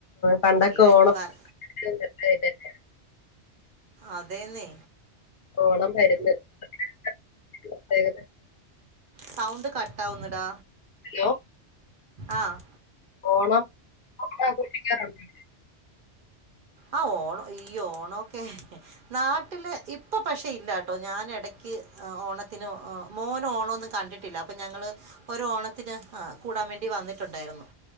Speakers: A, on the left; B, on the right.
A: പണ്ടൊക്കെ
B: എല്ലാരും
A: ഓണം
B: വർ
A: <unintelligible>
B: അതേന്നെ
A: ഓണം വരുന്ന് പ്രത്യേകത
B: സൗണ്ട് കട്ടാവുന്നടാ
A: ഹലോ
B: ആഹ്
A: ഓണം ഓണം ആഘോഷിക്കാറുണ്ടോ?
B: ആഹ് ഓണം ഈ ഓണോക്കെ നാട്ടില് ഇപ്പൊ പക്ഷെ ഇല്ലട്ടോ ഞാൻ ഇടക്ക് ഓണത്തിന് മോൻ ഓണോന്നും കണ്ടി ഇല്ല അപ്പ ഞങ്ങൾ ഒരു ഓണത്തിന് കൂടാൻ വേണ്ടി വന്നിട്ടുണ്ടായിരുന്നു